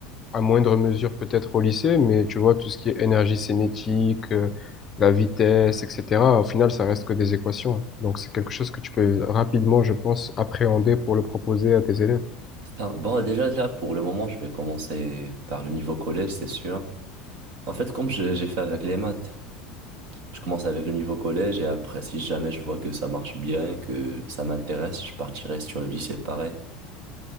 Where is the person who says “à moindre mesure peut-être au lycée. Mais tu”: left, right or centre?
Left